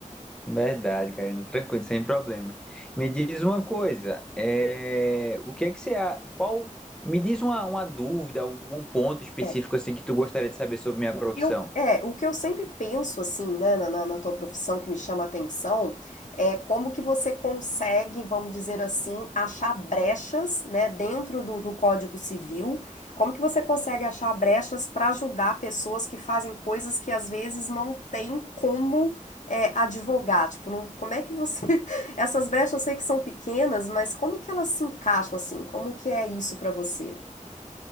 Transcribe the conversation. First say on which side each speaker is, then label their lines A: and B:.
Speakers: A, in the centre; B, on the left (about 65°).
A: verdade, Karina, tranquilo, sem problemas. Me diz uma coisa, é, o que é que você, a- qual, me diz uma, uma dúvida, um, um ponto específico
B: É.
A: assim que tu gostaria de saber sobre minha profissão.
B: Eu, é, o que eu sempre penso, assim, né, na, na- na tua profissão que me chama a atenção, é como que você consegue, vamos dizer assim, achar brechas, né, dentro do, do Código Civil, como que você consegue achar brechas para ajudar pessoas que fazem coisas que às vezes não tem como é, advogar, tipo, não- como é que você, <laughs> essas brechas eu sei que são pequenas, mas como que elas se encaixam, assim, como que é isso para você?